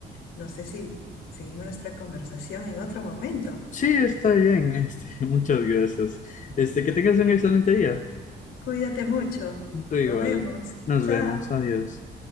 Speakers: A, on the left; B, on the left.
A: No sé si seguimos nuestra conversación en otro momento.
B: sí, está bien, este, <laughs> muchas gracias. Este, que tengas un excelente día.
A: Cuídate mucho.
B: Tú igual.
A: Nos vemos.
B: Nos
A: Chao.
B: vemos. Adiós.